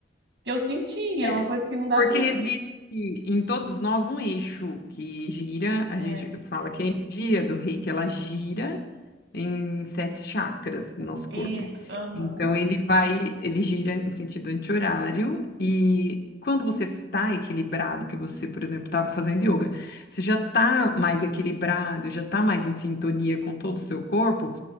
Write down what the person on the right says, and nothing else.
que eu senti,
é uma coisa que não dá
pra.
É,
isso,
aham.